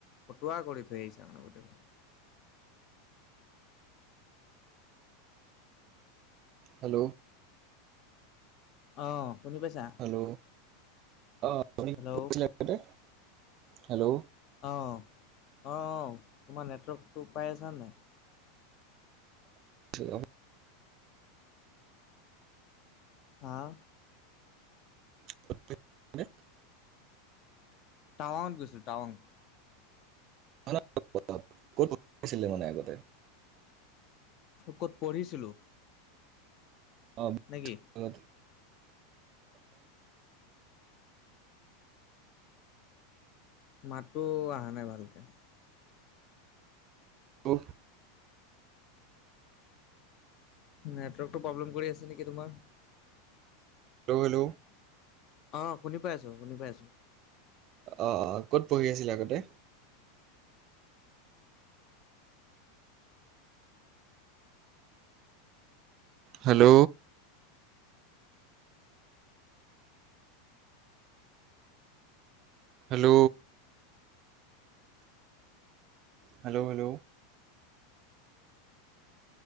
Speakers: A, on the left; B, on the right.
A: ফটুৱা কৰি থৈ আহিছো মানে গোটেই
B: হেল্ল',
A: অ শুনি পাইছা
B: হেল্ল' অ আপুনি
A: হেল্ল'
B: কি কৈছিলে আগতে হেল্ল'
A: অ অ অ তোমাৰ নেটৱৰ্কটো পাই আছা নাই
B: শ্বিলং
A: হা
B: ত <unintelligible>
A: টাৱঙত গৈছো টাৱাং
B: অ কতো আছিলে মানে আগতে
A: ক'ত পঢ়িছিলো
B: অ
A: নে কি
B: কত
A: মাতটো অহা নাই ভালকে
B: অ'
A: নেটৱৰ্কটো প্ৰব্লেম কৰি আছে নেকি তোমাৰ
B: হেল্ল হেল্ল
A: অ শুনি পাইছো শুনি পাইছো।
B: অ অ ক'ত পঢ়ি আছিলা আগতে hello. Hello. Hello hello.